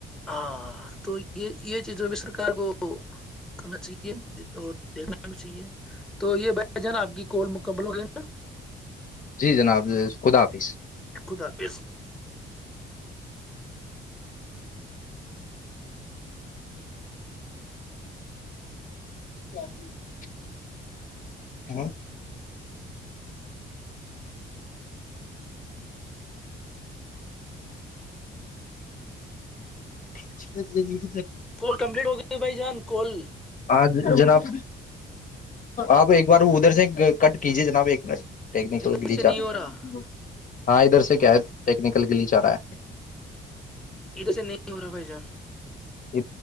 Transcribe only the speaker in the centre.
ہاں تو یہ یہ چیز بھی سرک کو کرنا چاہیے اور دیکھنا بھی چاہیے تو یہ بائی کیا جان آپ کی کال مکبل ہو گئی <inaudible>
خدا حافظ
کو کمپلیٹ ہو گئی بھائی جان کل
ادھر
سے نہیں ہو رہا
ا توھر سے نہیں ہو رہا بھائی جان